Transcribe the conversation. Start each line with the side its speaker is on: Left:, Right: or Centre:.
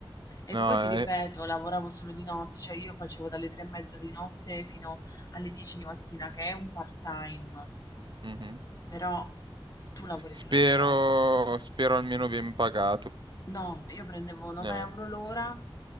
Left: E
Right: No,
Left: poi ti ripeto,
Right: eh,
Left: lavoravo solo di notte, cioè io facevo dalle 3 e mezza di notte fino alle 10 di mattina, che è un part-time.
Right: mhm.
Left: Però tu lavori
Right: Spero,
Left: solo di notte.
Right: spero almeno ben pagato.
Left: No, io prendevo 9
Right: Eh,
Left: € l'ora